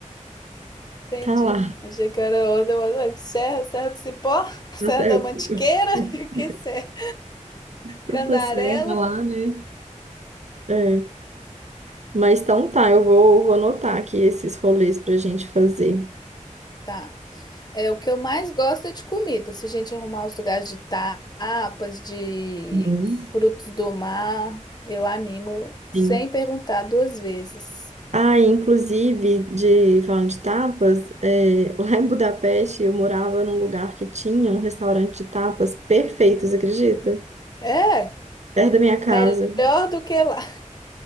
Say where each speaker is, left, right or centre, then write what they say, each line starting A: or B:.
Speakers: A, on the left; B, on the right.
A: Entendi.
B: tá lá,
A: Achei que era outra, mas ué, Serra, Serra do Cipó, <laughs> Serra
B: na serra.
A: da Mantiqueira,
B: <laughs>
A: <laughs> que Serra?
B: Tanta
A: Candarela.
B: serra lá, né? É. Mas então tá, eu vou, vou anotar aqui esses rolês pra gente fazer.
A: Tá. É o que eu mais gosto é de comida. Se a gente arrumar os lugares de tapas, de
B: Uhum.
A: frutos do mar, eu animo
B: Sim.
A: sem perguntar duas vezes.
B: Ah, inclusive, de, falando de tapas, é, <laughs> lá em Budapeste eu morava num lugar que tinha um restaurante de tapas perfeitos, acredita?
A: É,
B: Perto da minha casa.
A: melhor do que lá. <laughs>